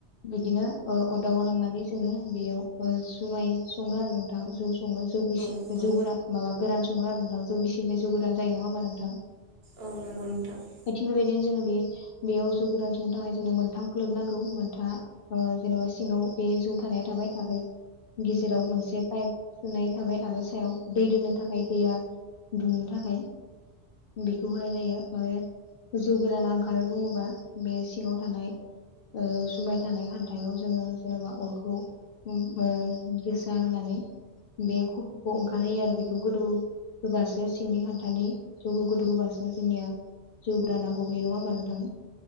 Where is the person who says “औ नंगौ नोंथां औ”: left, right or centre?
Right